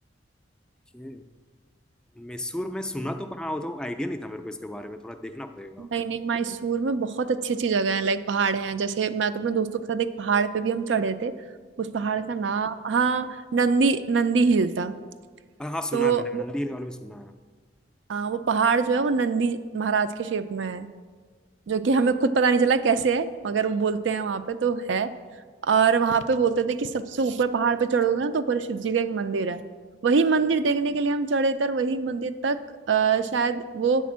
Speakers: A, in the centre; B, on the right.
A: ओके मैसूर में सुना तो पर हाँ वो तो आइडिया नहीं था मेरे को इसके बारे में थोड़ा देखना पड़ेगा
B: नहीं नहीं मैसूर में बहुत अच्छी अच्छी जगह है लाइक पहाड़ हैं जैसे मैं तो अपने दोस्तों के साथ एक पहाड़ पे भी हम चढ़े थे उस पहाड़ का नाम हाँ नंदी नंदी हिल था
A: हाँ हाँ, सुना
B: तो
A: है मैंने
B: वो-
A: नंदी हिल वाले में सुना है
B: हाँ वो पहाड़ जो है वो नंदी महाराज के शेप में है जो कि हमें खुद पता नहीं चला कैसे है मगर वो बोलते हैं वहां पे तो है और वहां पे बोलते थे कि सबसे ऊपर पहाड़ पे चढ़ोगे ना तो ऊपर शिव जी का एक मंदिर है वही मंदिर देखने के लिए हम चढ़े थे और वही मंदिर तक आ, शायद वो